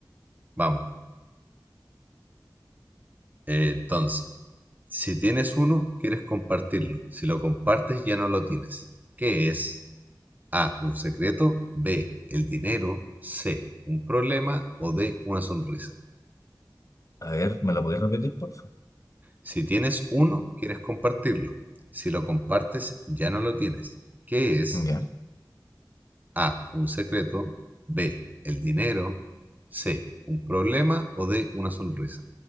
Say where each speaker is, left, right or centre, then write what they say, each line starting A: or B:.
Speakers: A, on the right (about 20°); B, on the left (about 45°).
A: Vamos. eh, entonces, si tienes uno, quieres compartirlo. Si lo compartes, ya no lo tienes. ¿Qué es? A, un secreto. B, el dinero. C, un problema. O D, una sonrisa.
B: A ver, ¿me la podéis repetir, por favor?
A: Si tienes uno, quieres compartirlo. Si lo compartes, ya no lo tienes. ¿Qué es?
B: Ya,
A: A. Un secreto. B. El dinero. C. Un problema. O D. Una sonrisa.